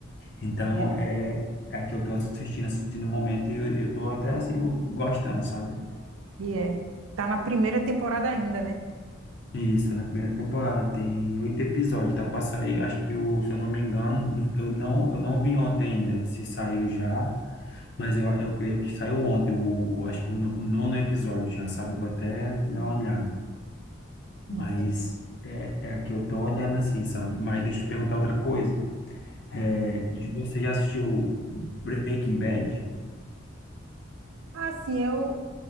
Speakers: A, on the left; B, on the right.
A: Então,
B: E é,
A: é, é que eu tô assistindo assim no momento e eu, eu tô até assim go- gostando, sabe?
B: e é. Tá na primeira temporada ainda, né?
A: E Isso, tá na primeira temporada, tem oito episódios, tá pra sair, acho que o, se eu não me engano, eu não, eu não vi ontem ainda se saiu já, mas eu, eu creio que saiu ontem, o, eu acho que o, no- o nono episódio já, sabe? Eu Vou até dar uma olhada, mas
B: Entendi.
A: é, é a que eu tô olhando assim, sabe? Mas deixa eu te perguntar outra coisa, é, você já assistiu Breaking Bad?
B: Ah, sim, eu